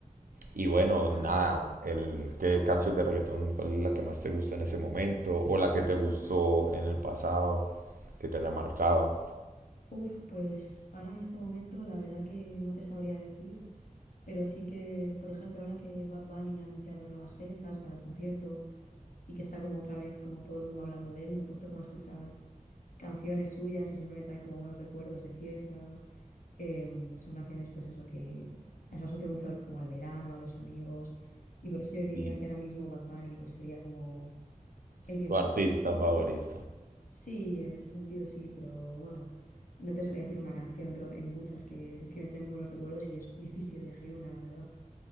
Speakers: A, on the right; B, on the left.
A: Y bueno,
B: Ah,
A: nada,
B: qué bien.
A: el, ¿qué canción de reggaetón, cuál es la que más te gusta en ese momento? ¿O la que te gustó en el pasado, que te haya marcado?
B: Uf, pues ahora en este momento la verdad que no te sabría decir, pero sí que, por ejemplo, ahora que Bad Bunny ha anunciado nuevas fechas para el concierto y que está como otra vez como todo el mundo hablando de él. Me he puesto como a escuchar canciones suyas y siempre me traen como buenos recuerdos de fiesta. Em, son canciones pues eso que las asocio mucho al- como al verano, a los amigos y por eso yo diría
A: Y
B: que ahora mismo Bad Bunny pues sería como el que
A: tu
B: más
A: artista
B: escucho.
A: favorito.
B: Sí, en ese sentido sí, pero bueno, no te sabría decir una canción, creo que hay muchas que, que me traen muy buenos recuerdos y es difícil elegir una, la verdad.